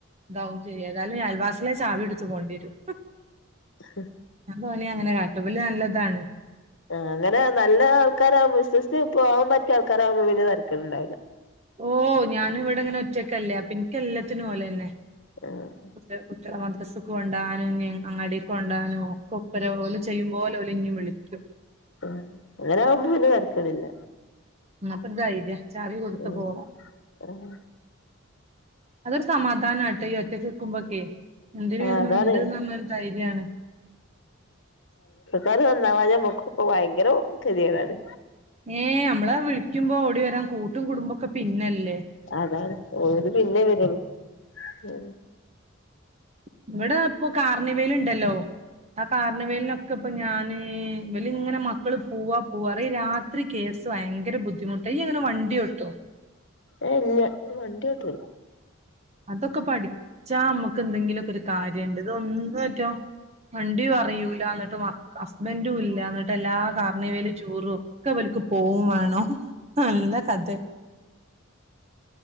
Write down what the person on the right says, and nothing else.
ഇതാവും ചെയ്യും ഏതായാലും ഞാൻ അയൽവാസ് ട്ട്ലെ ചാവിട്ത് പോണ്ടിരും
ഓനി അങ്ങനെ കാട്ടു, ഇബല് നല്ല ഇതാണ്.
ഓ ഞാനിവിടെങ്ങനെ ഒറ്റക്കല്ലേ അപ്പെൻക്ക് എല്ലത്തിന് ഓലെന്നെ.
<inaudible> കള മദ്രസ്സക്ക് കൊണ്ടാനും എന്നെ അങ്ങാടിക്കൊണ്ടാനോ കൊപ്പര പോല ചെയ്യുമ്പോല ഓല് ഇനീം വ് ളിക്കും.
ന്നാ ഇപ്പോര് ദൈ <unintelligible> അച്ചാറി കൊടുത്ത്
പോണം.
അതൊരു സമാധാനാട്ട ഈ ഒറ്റക് നിക്കുമ്പോക്കെ എന്തിനും
ഏതിനുണ്ട്
ന്ന് പറഞ് ഒരു ധൈര്യ ര്യാണ്.
ഏയ് നമ്മളെ വിളിക്കുമ്പോ ഓടി വരാൻ കൂട്ടും കുടുംബൊക്കെ പിന്നല്ല
ഇവിടെ
അതൊക്കെ പഠിച്ച മ്മക് ക്കെന്തെങ്കിലു ഒക്കെ ഒരു കാര്യണ്ട് ഇതൊന്ന് പറ്റ് ഓ വണ്ടി അറിയൂല്ല എന്നിട്ട് വ ഹസ്ബന്റും ഇല്ല ന്ന്ട്ട് ട്ടെല്ലാ കാർണിവൽ ടൂറും ഒക്കെ ഇവല്ക് പോവും വേണോഹ് നല്ല കദേ